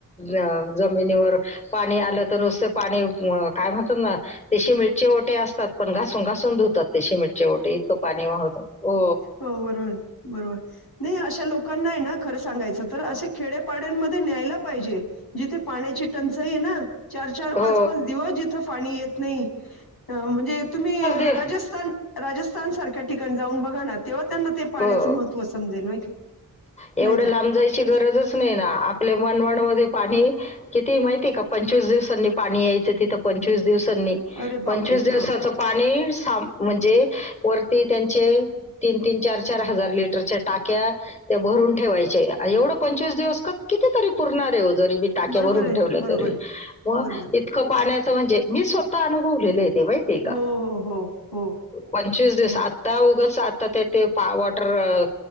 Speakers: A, on the left; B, on the left.
A: अ जमिनीवर पाणी आलं तर नुसत पाणी काय म्हणतात ना ते सिमेंट चे ओटे असतात पण घासून घासून धुतात ते सिमेंट. चे ओटे इतकं पाणी वाहतात ओ.
B: हो बरोबर, बरोबर नाही अशा लोकांना हाय ना खरं सांगायचं तर असे खेडेपाड्यांमध्ये न्यायला पाहिजे. जिथे पाण्याची टंचाई ये ना चार चार
A: हो.
B: पाच पाच दिवस जिथं पाणी येत नाही. अ म्हणजे तुम्ही
A: दिव
B: राजस्थान राजस्थान सारख्या ठिकाणी जाऊन बघा ना तेव्हा त्यांना ते पाण्याचं
A: हो.
B: महत्त्व समजेल नाय का
A: एवढं
B: नाही का?
A: लांब जायची गरजच नाही ना आपले मनमाड मध्ये पाणी किती माहिती ये का पंचवीस दिवसांनी पाणी यायचं तिथं पंचवीस दिवसांनी.
B: अरे बापरे!
A: पंचवीस दिवसाच
B: हां.
A: पाणी सा म्हणजे वरती त्यांचे तीन तीन चार चार हजार लिटरच्या टाक्या त्या भरून ठेवायचे एवढं पंचवीस दिवस क कितीतरी पुरणार आहे जरी बी टाक्या
B: बरोबर
A: भरून
B: आहे,
A: ठेवल्या
B: बरोबर
A: तरी
B: आहे,
A: मग
B: बरोबर.
A: इतकं पाण्याचं म्हणजे मी स्वतः अनुभवलेलं ये ते माहितीये
B: हो हो हो हो.
A: पंचवीस दिवस
B: हो.
A: आता उगच आता ते ते पा वॉटर